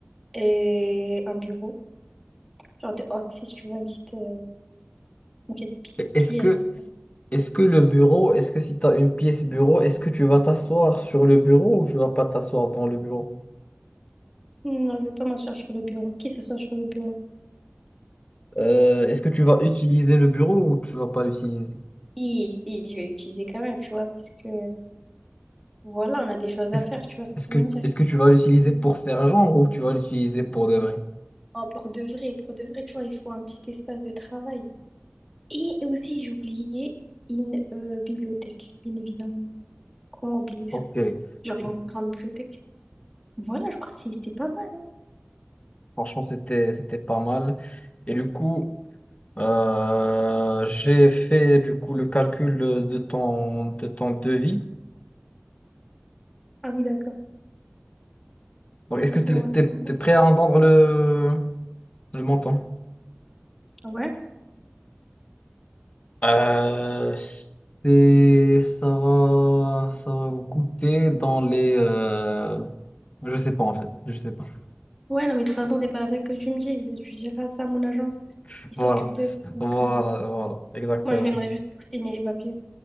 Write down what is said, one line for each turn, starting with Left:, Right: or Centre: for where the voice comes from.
Centre: et un bureau. Genre des office, tu vois, une petite, euh, une petite pi-
Left: Et Est-ce
Centre: pièce.
Left: que, est-ce que le bureau, est-ce que si tu as une pièce bureau, est-ce que tu vas t'asseoir sur le bureau ou tu vas pas t'asseoir dans le bureau?
Centre: Non, je vais pas m'asseoir sur le bureau. Qui s'assoit sur le bureau?
Left: Euh, est-ce que tu vas utiliser le bureau ou tu vas pas l'utiliser?
Centre: Si, si, je vais l'utiliser quand même, tu vois, parce que voilà, on a des choses
Left: Est-ce,
Centre: à faire, tu vois ce que
Left: est-ce
Centre: je
Left: que,
Centre: veux dire.
Left: est-ce que tu vas l'utiliser pour faire genre ou tu vas l'utiliser pour de vrai?
Centre: Non, pour de vrai, pour de vrai, tu vois, il faut un petit espace de travail. Et aussi, j'ai oublié une euh, bibliothèque, bien évidemment. Comment oublier ça?
Left: Ok,
Centre: Genre
Left: Bon,
Centre: une grande bibliothèque. Voilà, je crois que c'est c'est pas mal. hein.
Left: franchement, c'était, c'était pas mal. Et du coup, euh, j'ai fait du coup le calcul de ton, de ton devis.
Centre: Ah oui, d'accord.
Left: Donc,
Centre: Et
Left: est-ce
Centre: ça
Left: que tu
Centre: remonte
Left: es,
Centre: comment?
Left: prêt à entendre le, le montant?
Centre: Ah ouais?
Left: Euh, c'est- ça va, ça va vous coûter dans les... euh, je sais pas en fait, je sais pas.
Centre: Ouais, non, mais de toute façon, c'est pas la peine que tu me dises. Tu diras ça à mon agence.
Left: <laughs>
Centre: ils
Left: Voilà,
Centre: s'occupe de ça. Donc,
Left: voilà,
Centre: euh,
Left: voilà, exactement.
Centre: moi, je viendrai juste pour signer les papiers,